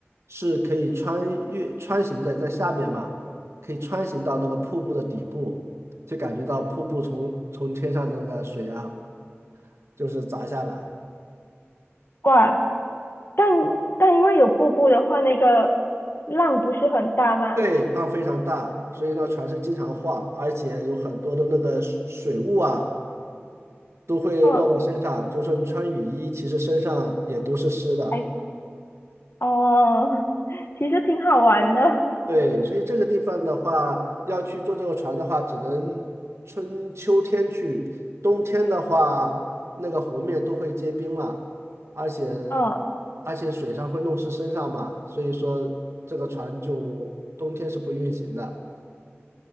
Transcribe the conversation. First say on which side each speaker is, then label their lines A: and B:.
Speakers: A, on the right; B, on the left.
A: 是可以穿越穿行的，在下面嘛，可以穿行到那个瀑布的底部，就感觉到瀑布从从天上的那个水啊，就是砸下来，
B: 哇，但但因为有瀑布的话，那个浪不是很大吗？
A: 对，浪非常大，所以呢，船是经常晃，而且有很多的那个水水雾啊，都会落在身上，
B: 嗯，
A: 就是说你穿雨衣，其实身上也都是湿的。
B: 哎，哦，<laughs> 其实挺好玩的。
A: 对，所以这个地方的话，要去坐这个船的话，只能春秋天去，冬天的话，那个湖面都会结冰了，而且
B: <laughs> 哦，
A: 而且水上会弄湿身上嘛，所以说这个船就冬天是不运行的。